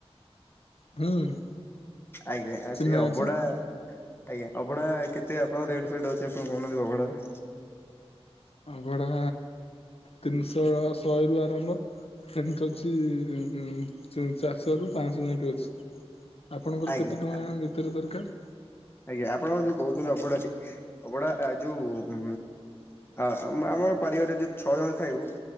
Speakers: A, on the left (about 65°); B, on the left (about 20°).
A: ହୁଁ।
B: ଆଜ୍ଞା ଆଉ
A: ଚିହ୍ନା
B: ସେଇ ଅବଢ଼ା
A: ଅଛି
B: ଆଜ୍ଞା ଅଭଢା କେତେ ଆପଣଙ୍କ ରେଟ ଫେଟ୍ ଅଛି ଆପଣ କହୁନାହାନ୍ତି ଅଭଢାରେ।
A: ଅଭଡା ତିନିଶହ ଶହେ ରୁ ଆରମ୍ଭ। <unintelligible> ଅଛି ଉ ଚାରିଶହ ରୁ ପାଁଶହ ଯାଙ୍କେ ଅଛି। ଆପଣଙ୍କର
B: ଆଜ୍ଞା
A: କେତେ ଟଙ୍କା ଭିତରେ ଦରକାରେ।
B: ଆଜ୍ଞା ଆପଣ ଯୋଉ କହୁଥିଲେ ଅବଢ଼ାଟି। ଅବଢ଼ା ଯୋଉ ଉ ଆମର ପାରିବାରରେ ଯୋଉ ଛଅ ଜଣ ଖାଇବୁ।